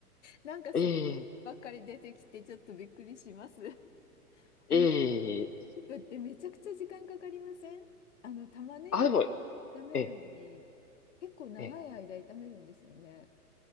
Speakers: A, on the left; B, on the left.
A: なんかすごいばっかり出てきて、
B: ええ、
A: ちょっとびっくりします。<laughs> お肉
B: ええ、
A: ってめちゃくちゃ時間かかりませんあの、玉ねぎ
B: あ、でも、
A: 炒めるのに、
B: ええ、
A: 結構長い間炒めるんですよね。
B: ええ。